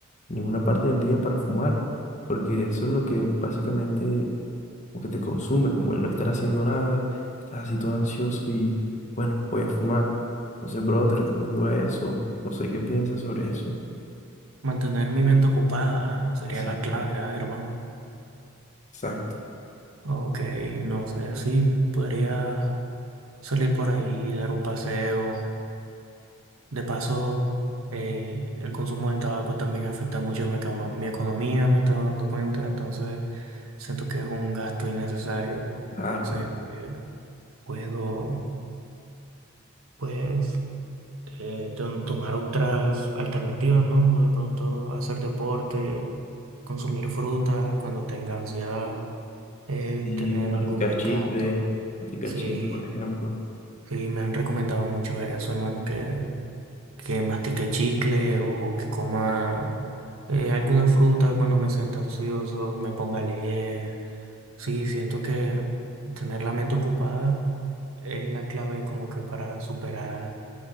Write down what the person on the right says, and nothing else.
Mantener mi mente ocupada sería
la clave, ah, hermano.
Ok, no sé si podría salir por ahí, dar un paseo. De paso, eh, el consumo del tabaco también afecta mucho mi, econo- mi economía, me he estado dando cuenta, entonces siento que es un gasto innecesario.
Siento que puedo, pues, eh, tom- tomar otras alternativas, ¿no? De pronto hacer deporte, consumir fruta cuando tenga ansiedad, eh,
tener
algún mecato.
Sí,
sí, me han recomendado mucho eso, hermano, que que mastique chicle o que coma eh, alguna fruta cuando me sienta ansioso, me ponga a leer. Sí, siento que tener la mente ocupada es la clave como que para superar